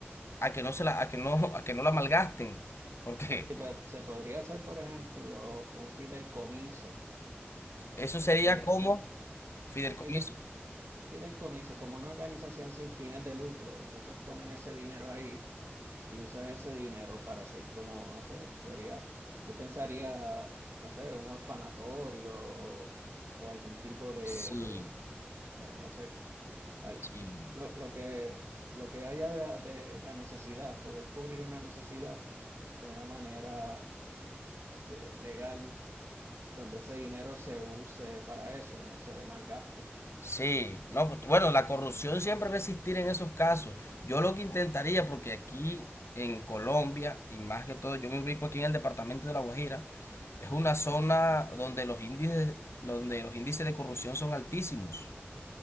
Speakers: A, on the left; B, on the right.
A: a que no se la, a que no, a que no la malgasten, porque
B: Y pues, se podría hacer, por ejemplo, un fideicomiso.
A: eso sería
B: Y ese
A: como fideicomiso.
B: un fin un fideicomiso, como una organización sin fines de lucro. Entonces pones ese dinero ahí y usas ese dinero para hacer como, no sé, sería, yo pensaría, no sé, un orfanatorio o, o algún tipo de,
A: Sí,
B: de, o sea, no sé, al-
A: sí.
B: lo, lo que, lo que haya de, de la necesidad, poder cubrir una necesidad de una manera este, legal, donde ese dinero se use para eso y no se malgaste.
A: Sí, no, pues, bueno, la corrupción siempre va a existir en esos casos. Yo lo que intentaría, porque aquí en Colombia, y más que todo, yo me ubico aquí en el departamento de La Guajira, es una zona donde los índices, donde los índices de corrupción son altísimos.